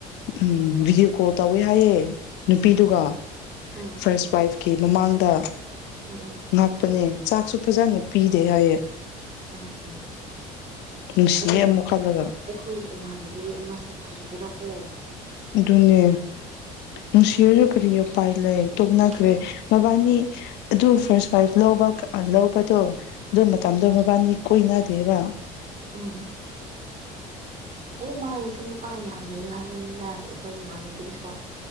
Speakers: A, on the left; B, on the right.
A: ꯎꯝ ꯚꯤꯗꯤꯑꯣ ꯀꯣꯜ ꯇꯧꯋꯦ ꯍꯥꯏꯌꯦꯦ ꯅꯨꯄꯤꯗꯨꯒ
B: ꯎꯝ ꯎꯝ
A: ꯐꯥꯔꯁ ꯋꯥꯏꯐꯀꯤ ꯃꯃꯥꯡꯗ
B: ꯎꯝ
A: ꯉꯥꯛꯄꯅꯦ ꯆꯥꯛꯁꯨ ꯐꯖꯅ ꯄꯤꯗꯦ ꯍꯥꯏꯌꯦꯦ
B: ꯎꯝ ꯎꯝ
A: ꯅꯨꯡꯁꯤꯌꯦ
B: ꯑꯗꯨꯒ
A: ꯑꯃꯨꯛ ꯈꯜꯂꯒ
B: ꯑꯩꯈꯣꯏꯒꯤ ꯏꯃꯥꯟꯅꯕꯤ ꯑꯃꯁꯨ ꯂꯩꯒꯦꯔꯥꯀꯣ
A: ꯨꯅꯦ ꯅꯨꯡꯁꯤꯔꯖ ꯀꯔꯤ ꯄꯥꯏ ꯂꯩ ꯇꯣꯛꯅꯈ꯭ꯔꯦ
B: ꯈꯪꯉꯦ
A: ꯃꯕꯥꯅꯤ ꯑꯗꯨ ꯐꯥꯔꯁ ꯋꯥꯏꯐ ꯂꯧꯕ ꯂꯧꯕꯗꯣ ꯑꯗꯨ ꯃꯇꯝꯗꯣ
B: ꯎꯝ
A: ꯃꯕꯥꯅꯤ ꯀꯣꯏꯅꯗꯦꯕ
B: ꯎꯝ ꯑꯩ ꯃꯥꯒꯤꯁꯨ ꯅꯨꯄꯥ ꯌꯥꯝ ꯂꯩ ꯍꯥꯏꯕꯅꯤꯅ ꯑꯩꯈꯣꯏ ꯏꯃꯥꯟꯅꯕꯤꯁꯨ